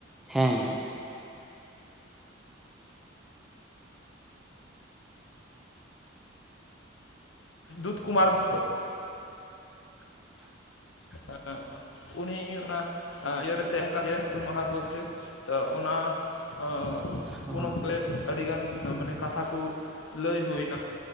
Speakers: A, in the centre; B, on the left.
A: ᱦᱮᱸ
B: ᱫᱩᱛ ᱠᱩᱢᱟᱨ ᱢᱚ
A: <inaudible>
B: ᱮᱫ ᱩᱱᱤ ᱚᱱᱟ ᱤᱭᱟᱹᱨᱮ ᱛᱟᱦᱮᱸ ᱠᱟᱱ ᱜᱮᱭᱟ ᱦᱩᱞ ᱢᱟᱦᱟ ᱫᱤᱵᱚᱥ ᱨᱮ ᱛᱚ ᱚᱱᱟ ᱚ
A: ᱦᱚᱸ
B: ᱩᱱ ᱚᱠᱛᱮ ᱟᱹᱰᱤᱜᱟᱱ ᱢᱟᱱᱮ ᱠᱟᱛᱷᱟ ᱠᱚ ᱞᱟᱹᱭ ᱦᱩᱭᱱᱟ